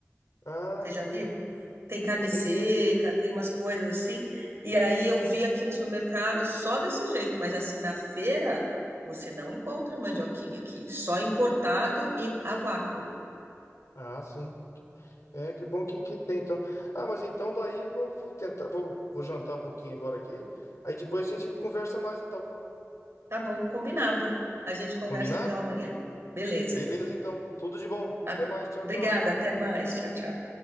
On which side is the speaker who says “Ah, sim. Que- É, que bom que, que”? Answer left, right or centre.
Left